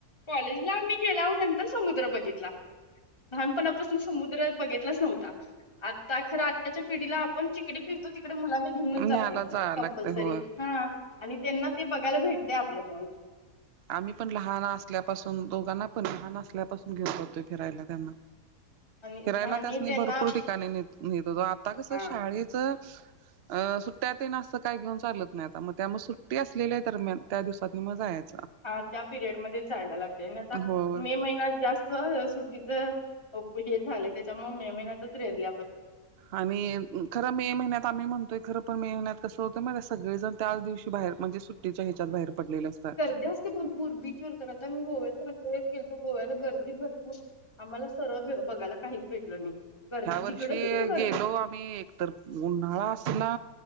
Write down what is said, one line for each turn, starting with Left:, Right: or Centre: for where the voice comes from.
Left: कॉलेजला आम्ही गेल्यावर नंतर आम्ही समुद्र बघितला. लहानपणापासनच समुद्रात बघितलाच नव्हता. आता खर आताच्या पिढीला आपण जिकडे फिरतो तिकडे मुलांना घेऊनच जातो
Right: न्यायला जाया
Left: कंपल्सरी.
Right: लागतंय होय.
Left: हा आणि त्यांना ते बघायला भेटते आपलं <unintelligible>
Right: आम्ही पण लहान असल्यापासून, दोघांना पण लहान असल्यापासून घेऊन जातोय फिरायला त्यांना.
Left: आणि
Right: फिरायला
Left: आणि
Right: त्यासनी
Left: त्यांना
Right: भरपूर ठिकाणी नेत न्हेत होतो. आता कसं
Left: हा
Right: शाळेच अ सुट्ट्या तेन असं काय घेऊन चालत नाही आता. मग त्यामुळं सुट्टी असलेल्या दरम्यान त्या दिवसातनी म जायचं.
Left: हा त्या पिरियड मध्येच जायला लागतंय आणि आता
Right: होय.
Left: मे महिन्यात जास्त. सुट्टीच हे झाले त्यांच्यामुळेच मे महिन्यातच रीयरली.
Right: आणि खर मे महिन्यात आम्ही म्हणतोय खरं पण महिन्यात कसं होतंय माहिती हाय, सगळेजण त्याच दिवशी बाहेर म्हणजे सुट्टी तेच्या ह्याच्यात बाहेर पडलेले असतात.
Left: र्दी असते भर पूर बीच वर तर आता मी गोव्याला जातोय गेलतो, गोव्याला गर्दी भरपूर. आम्हाला सरळ बघायला काहीच भेटल नाही. गर्दी
Right: ह्या
Left: जिकडं
Right: वर्षी
Left: तिकडं गर्दी.
Right: गेलो आम्ही, एकतर उन्हाळा असला